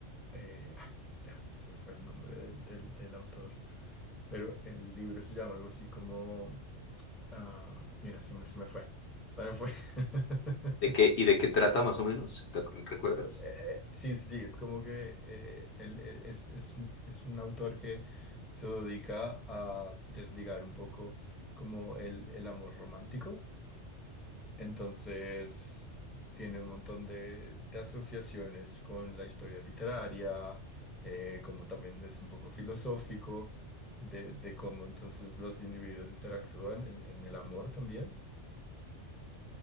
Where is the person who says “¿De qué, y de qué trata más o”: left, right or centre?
Left